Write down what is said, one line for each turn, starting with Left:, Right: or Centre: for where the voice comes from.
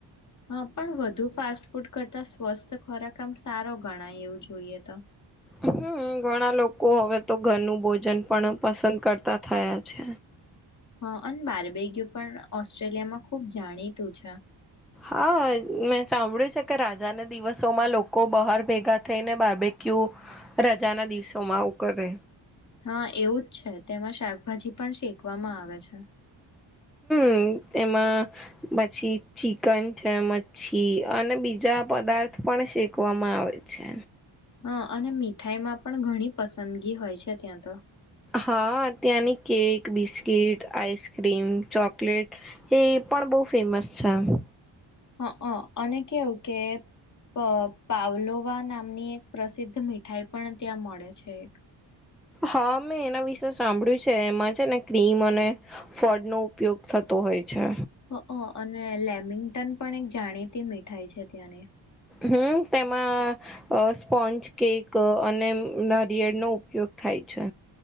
Left: હા, પણ વધુ ફાસ્ટ ફૂટ કરતા સ્વસ્થ ખોરાક આમ સારો ગણાય એવું જોઈએ તો
Centre: હમ્મ, ઘણા લોકો હવે તો ઘરનું ભોજન પણ પસંદ કરતા થયા છે
Left: હ, અન બારબેગ્યુ પણ ઓસ્ટ્રેલિયામાં ખુબ જાણીતું છે
Centre: હા, મેં સાંભળ્યું છે કે રાજાના દિવસોમાં લોકો બહાર ભેગા થઈને બાર્બેક્યયુ રજાના દિવસોમાં આઉ કરે
Left: હા એવું જ છે તેમાં શાકભાજી પણ શેકવામાં આવે છે <inaudible>
Centre: અમ્મ તેમાં પછી ચિકન છે મચ્છી અને બીજા પદાર્થ પણ શેકવામાં આવે છે
Left: હા, અને મીઠાઈમાં પણ ઘણી પસંદગી હોય છે ત્યાં તો
Centre: હા ત્યાંની કેક, બિસ્કીટ, આઈસક્રીમ, ચોકલેટ એ પણ બહુ ફેમસ છે એમ
Left: હ અ અને કેવું કે પ-પાવલોવા નામની એક પ્રસિદ્ધ મીઠાઈ પણ ત્યાં મળે છે એક.
Centre: હા મેં એના વિશે સાંભળ્યું છે એમાં છે ને ક્રીમ અને ફળ નો ઉપયોગ થતો હોય છે.
Left: હ અ અને ને લેમિંગ્ટન પણ એક જાણીતી મીઠાઈ છે ત્યાંની.
Centre: હમ્મ તેમાં અ સ્પોન્ચ કેક અ અને નારિયેળનો ઉપયોગ થાય છે.